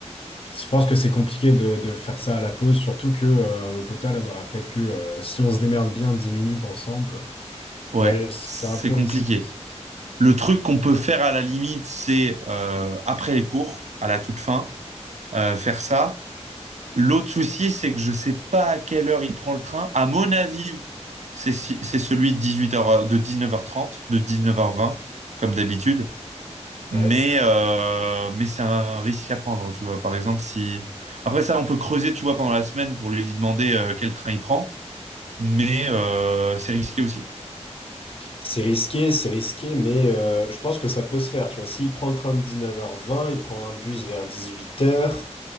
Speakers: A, on the left (about 50°); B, on the right (about 75°).
A: Je pense que c'est compliqué de, de faire ça à la pause, surtout que euh, au total, on aura peut-être que euh, si on se démerde bien 10 minutes ensemble.
B: Ouais,
A: Ouais, c'est
B: c'est
A: un peu
B: compliqué.
A: risqué.
B: Le truc qu'on peut faire à la limite, c'est euh, après les cours, à la toute fin, euh, faire ça. L'autre souci, c'est que je sais pas à quelle heure il prend le train. À mon avis, c'est si- c'est celui de 18h, de 19h30, de 19h20, comme d'habitude. Mais,
A: Ouais,
B: euh, mais c'est un risque à prendre, tu vois. Par exemple, si... Après ça, on peut creuser, tu vois, pendant la semaine pour lui demander euh, quel train il prend, mais euh, c'est risqué aussi.
A: c'est risqué, c'est risqué, mais euh, je pense que ça peut se faire. Tu vois, s'il prend le train de dix-neuf heures vingt, il prend un bus vers dix-huit heures.